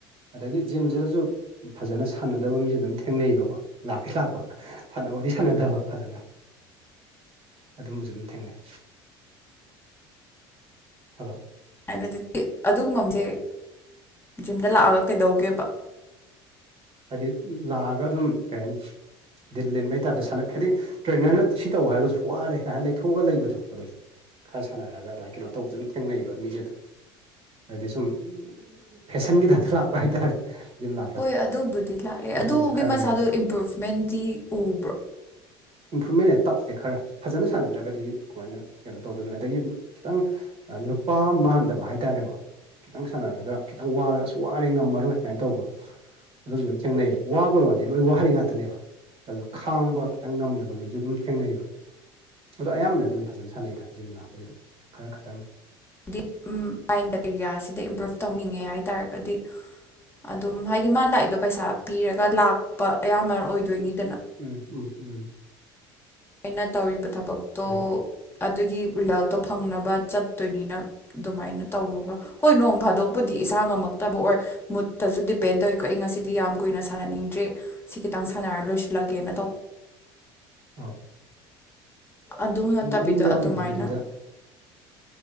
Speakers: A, on the right (about 50°); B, on the left (about 20°).
A: ꯑꯗꯒꯤ ꯖꯤꯝꯁꯤꯗꯁꯨ ꯐꯖꯅ ꯁꯥꯟꯅꯗꯕ ꯃꯤꯁ ꯑꯗꯨꯝ ꯊꯦꯡꯅꯩꯑꯕꯀꯣ ꯂꯥꯛꯇꯤ ꯂꯥꯛꯄ꯫ ꯁꯥꯟꯅꯕꯗꯤ ꯁꯥꯟꯅꯗ ꯕ ꯐꯖꯅ꯫ ꯑꯗꯨꯝꯕꯁꯨ ꯑꯗꯨꯝ ꯊꯦꯡꯅꯩ ꯍꯜꯂꯣ꯫
B: ꯍꯥꯏꯅꯗꯤ ꯑꯗꯨꯒꯨꯝꯕꯁꯦ ꯖꯤꯝꯗ ꯂꯥꯛꯑꯒ ꯀꯩꯗꯧꯒꯦꯕ꫰꫰
A: ꯍꯥꯏꯗꯤ ꯂꯥꯛꯑꯒ ꯑꯗꯨꯝ ꯀꯩ ꯍꯥꯏꯅꯤ ꯗꯤꯜ ꯂꯤꯟꯕꯩꯇꯥꯥꯕꯗ ꯁꯥꯟꯅ ꯈꯥꯗꯤ꯫ ꯇ꯭ꯔꯦꯅꯔꯅ ꯁꯤ ꯇꯧ ꯍꯥꯏꯒꯁꯨ ꯋꯥꯔꯦ ꯀꯥꯏꯅ ꯂꯩꯊꯣꯛꯑꯒ ꯂꯩꯕꯗꯣ ꯑꯗꯨꯝ ꯈꯔ ꯁꯥꯟꯅꯔꯒ ꯑꯗꯨꯃꯥꯏꯅ ꯀꯩꯅꯣ ꯇꯧꯕꯁꯨ ꯑꯗꯨꯝ ꯊꯦꯡꯅꯩꯌꯦꯕ ꯃꯤꯁꯦꯗꯣ ꯍꯥꯏꯗꯤ ꯁꯨꯝ ꯐꯦꯁꯟꯒꯤ ꯇꯥꯏꯞꯇ ꯂꯥꯛꯄ ꯍꯥꯏꯇꯥꯔꯦ ꯖꯤꯝ ꯂꯥꯛꯄꯁꯦ
B: ꯍꯣꯏ ꯑꯗꯨꯕꯨꯗꯤ ꯂꯥꯛꯑꯦ
A: ꯑꯗꯨꯝꯕꯁꯨ
B: ꯑꯗꯣ
A: ꯈꯔꯁꯨ
B: ꯃꯤ ꯃꯁꯥꯗꯣ
A: ꯌꯥꯎꯋꯦ
B: ꯏꯝꯄ꯭ꯔꯨꯚꯃꯦꯟꯇꯗꯤ ꯎꯕ꯭ꯔꯣ
A: ꯏꯝꯄ꯭ꯔꯨꯚꯃꯦꯟꯂꯦ ꯇꯞꯄꯦ ꯈꯔ ꯐꯖꯅ ꯁꯥꯟꯅꯗ꯭ꯔꯒꯗꯤ ꯀꯃꯥꯏꯅ ꯀꯩꯅꯣ ꯇꯧꯗꯣꯏꯅꯣ ꯑꯗꯒꯤ ꯈꯤꯇꯪ ꯑ ꯅꯨꯄꯥ ꯃꯍꯟꯗꯕ ꯍꯥꯏꯇꯥꯔꯦꯀꯣ ꯈꯤꯇꯪ ꯁꯥꯟꯅꯔꯒ ꯈꯤꯇꯪ ꯋꯥꯔꯒꯁꯨ ꯋꯥꯔꯦ ꯉꯝꯃꯔꯣꯏ ꯀꯥꯏꯅ ꯇꯧꯕ ꯑꯗꯨꯝꯁꯨ ꯑꯗꯨꯝ ꯊꯦꯡꯅꯩꯕ ꯋꯥꯕ ꯋꯥꯗꯤ ꯂꯣꯏ ꯋꯥꯔꯤ ꯉꯥꯛꯇꯅꯦꯕ ꯑꯗꯨ ꯈꯥꯡꯕ ꯈꯤꯇꯪ ꯉꯝꯗꯕ ꯃꯤꯁꯨ ꯑꯗꯨꯝ ꯊꯦꯡꯅꯩꯑꯕ ꯑꯗꯣ ꯑꯌꯥꯝꯕꯅ ꯑꯗꯨꯝ ꯐꯖꯟ ꯁꯥꯟꯅꯩꯗ ꯖꯤꯝ ꯂꯥꯛꯄꯁꯤꯗ ꯈꯔ ꯈꯇꯪ
B: ꯍꯥꯏꯗꯤ ꯎꯝ ꯃꯥꯏꯟ ꯕꯦꯛꯇꯔꯤꯌꯥꯁꯤꯗ ꯏꯝꯄ꯭ꯔꯨꯞ ꯇꯧꯅꯤꯡꯉꯦ ꯍꯥꯏꯇꯥꯥꯔꯒꯗꯤ꯫ ꯑꯗꯨꯝ ꯍꯥꯏꯗꯤ ꯃꯥꯅ ꯂꯥꯛꯏꯗꯣ ꯄꯩꯁꯥ ꯄꯤꯔꯒ ꯂꯥꯛꯄ ꯑꯌꯥꯝꯕ ꯑꯣꯏꯗꯣꯏꯅꯤꯗꯅ꯫
A: ꯎꯝ ꯎꯝ ꯎꯝ꯫
B: ꯑꯩꯅ ꯇꯧꯔꯤꯕ ꯊꯕꯛꯇꯣ
A: ꯑꯗꯒꯤ
B: ꯑꯗꯨꯒꯤ <unintelligible> ꯐꯪꯅꯕ ꯆꯠꯇꯣꯏꯅꯤꯅ꯫ ꯑꯗꯨꯃꯥꯏꯅ ꯇꯧꯔꯒ ꯍꯣꯏ ꯅꯣꯡ ꯐꯥꯗꯣꯛꯄꯨꯗꯤ ꯏꯁꯥ ꯉꯝꯃꯛꯇꯕ ꯑꯣꯔ꯫ ꯃꯨꯠꯇꯁꯨ ꯗꯤꯄꯦꯟ ꯇꯧꯋꯤꯀꯣ ꯑꯩ ꯉꯁꯤꯗꯤ ꯌꯥꯝ ꯀꯨꯏꯅ ꯁꯥꯟꯅꯅꯤꯡꯗ꯭ꯔꯦ ꯁꯤ ꯈꯤꯇꯪ ꯁꯥꯟꯅꯔ ꯂꯣꯏꯁꯤꯜꯂꯒꯦꯅ ꯇꯧ꯫
A: ꯑꯧ
B: ꯑꯗꯨ ꯅꯠꯇꯕꯤꯗ
A: ꯑꯗꯨꯝ ꯌꯥꯎꯔꯤꯅꯦ
B: ꯑꯗꯨꯃꯥꯏꯅ꯫
A: ꯑꯗꯨꯗ